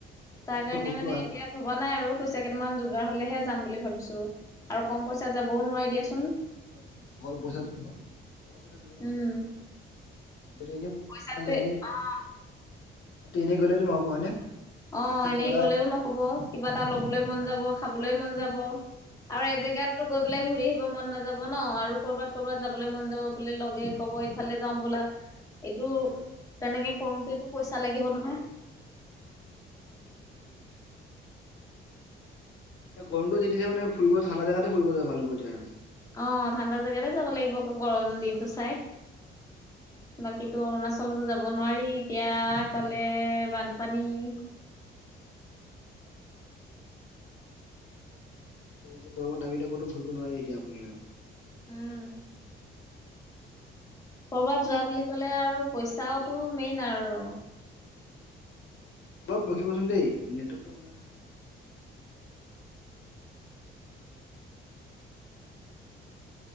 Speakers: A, on the left; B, on the left.
A: তাতে
B: তাৰ কাৰণে
A: চব বস্তু
B: মানে
A: ভাল
B: এতিয়া ভবা নাই আৰু পইচা কেইটামান যোগাৰ হলেহে যাম বুলি ভাবিছো
A: হয়
B: আৰু কম পইচাত যাবও নোৱাৰি দিয়াচোন।
A: হয় হয় অলপ পইচাত অলপ পইচাত যোগাৰ কৰি
B: উম
A: লওক। এনে
B: পইচাটোৱে
A: এনে
B: অ
A: তাতে এনে গ'লে তো নহব হয়নে?
B: অ
A: ৰাস্তাত
B: এনেই
A: কিবা এটা
B: গলেও নহব কিবা এটা লবলৈ মন যাব, খাবলৈ মন যাব, আৰু
A: অ
B: এজেগাততো গৈ বোলে ঘূৰি আহিব মন নাযাব ন আৰু কৰবাত কৰ'বাত যাবলৈ মন যাব বোলে লগে কব ইফালে যাও বলা এইটো
A: হয়
B: তেনেকে কৰোতেটো পইচা লাগিব নহয়।
A: হয় তাকেই গৰমটো দিছে মান ফুৰিব ঠাণ্ডা জেগাতে ফুৰিব যায় ভাল হ'ব এতিয়া আৰু
B: অ ঠাণ্ডা জেগাতে যাব লাগিব আকৌ গৰম দিনটো চাই।
A: অ
B: বাকীতো অৰুণাচলতো যাব নোৱাৰি এতিয়া এফালে বানপানী ঠ'ঠ'
A: এতিয়া এই যে গমত আমি এয়া ক'তো ঘূৰিব নোৱাৰি এতিয়া আপুনি আৰু
B: উম! কৰ'বাত
A: হেল্ল'
B: যোৱা বুলি ক'লে আৰু পইচাওতো মেইন আৰু
A: অলপ ৰখিবচোন দেই নেটৱৰ্কটো আপোনাৰ